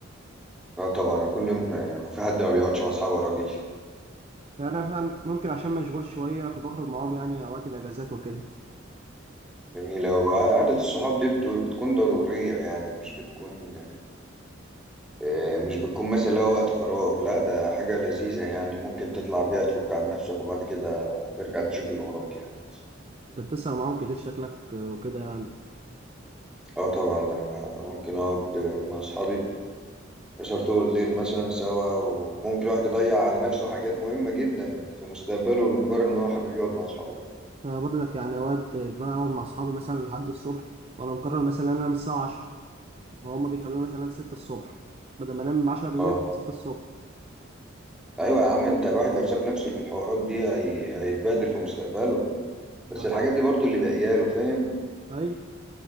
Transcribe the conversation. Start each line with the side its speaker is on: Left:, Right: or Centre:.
Centre: اه طبعا كل يوم آه، هو في حد ما بيقعدش مع اصحابه يا راجل
Right: يعني انا مثلاً ممكن عشان مشغول شويه فبخرج معاهم يعني اوقات الاجازات وكده
Centre: جميلة وقعدة الصحاب دي بت- بتكون ضرورية يعني مش بتكون إيه مش بتكون مثلا اللي هو وقت فراغ لا ده حاجة لذيذة يعني ممكن تطلع بيها تفك عن نفسك وبعد كده ترجع تشوف اللي وراك يعني
Right: انت بتسهر معاهم كتير شكلك آه، وكده يعني
Centre: اه طبعا ده انا ممكن اقعد مع اصحابي سهر طول الليل مثلا سوا وممكن الواحد يضيع على نفسه حاجات مهمة جدا في مستقبله لمجرد ان هو حابب يقعد مع اصحابه يعني
Right: انا برضك يعني اوقات آه، بقعد مع اصحابي مثلا لحد الصبح وانا مقرر مثلا ان انا انام الساعه 10 وهم بيخلوني مثلا انام 6 الصبح بدل ما انام 10 بالليل
Centre: اه
Right: بنام 6 الصبح
Centre: ايوه يا عم انت الواحد لو ساب نفسه للحوارات دي هي... هيتبهدل في مستقبله بس
Right: ما
Centre: الحاجات دي برضو اللي باقيه له فاهم
Right: اي